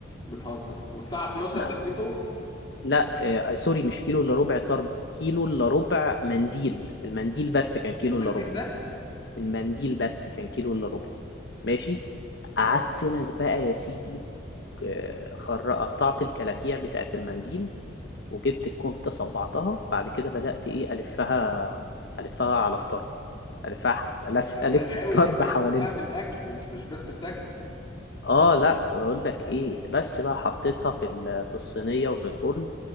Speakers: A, on the left; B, on the left.
A: بتهزر والساعة 12
B: لا
A: دبتهم
B: لا آه، سوري مش كيلو الا ربع طرب كيلو الا ربع منديل المنديل بس كان كيلو
A: المنديل
B: الا ربع
A: بس
B: المنديل بس كان كيلو الا ربع ماشي قعدت
A: اه
B: لك بقى يا سيدي آه، خر... قطعت الكلاكيع بتاعت المنديل وجبت الكفتة صبعتها بعد كده بدأت إيه ألفها ألفها على الطرب ألفها ألف
A: انت
B: ألف
A: غاوي
B: الطرب
A: كمان
B: حوالينها
A: إن انت بتعمل اكل مش مش بس بتاكل
B: آه لأ بقول لك إيه بس بقى حطيتها في ال... في الصينية وفي الفرن